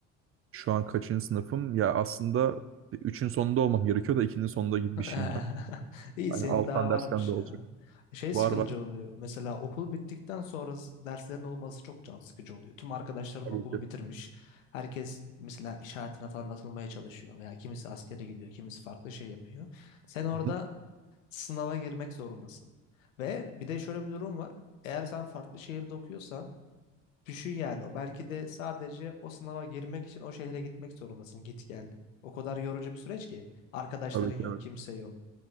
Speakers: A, on the right; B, on the left.
A: Şu an kaçıncı sınıfım? Ya aslında üçün sonunda olmam gerekiyor da 2'nin sonunda gibi
B: <laughs>
A: bir şeyim ben.
B: İyi
A: Hani
B: senin
A: alttan
B: daha varmış
A: dersten de olacak.
B: ya. Şey sıkıcı
A: Var var.
B: oluyor. Mesela okul bittikten sonra s- derslerin olması çok can sıkıcı oluyor. Tüm arkadaşların
A: Tabii
B: okulu
A: ki.
B: bitirmiş. Herkes mesela iş hayatına falan atılmaya çalışıyor veya kimisi askere gidiyor, kimisi farklı şey yapıyor. Sen orada
A: Hı hı.
B: sınava girmek zorundasın. Ve bir de şöyle bir durum var. Eğer sen farklı şehirde okuyorsan düşün yani o belki de sadece o sınava girmek için o şehre gitmek zorundasın. Git gel. O kadar yorucu bir süreç ki. Arkadaşların
A: Tabii
B: yok,
A: ki evet.
B: kimse yok.